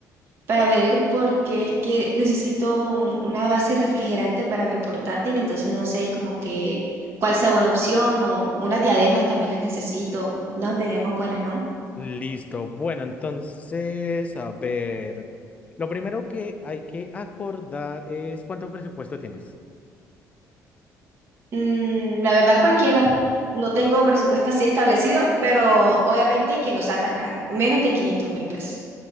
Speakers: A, on the right; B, on the left.
A: para ver porque es que necesito un- una base refrigerante para mi portátil, entonces no sé como que cuál sea buena opción o unas diademas también las necesito, unas diademas buenas, ¿no?
B: Listo. Bueno, entonces, a ver. Lo primero que hay que acordar es cuánto presupuesto tienes.
A: Mm, la verdad cualquiera. No tengo presupuesto así establecido, pero obviamente que no sea tan caro, menos de quinientos mil pesos.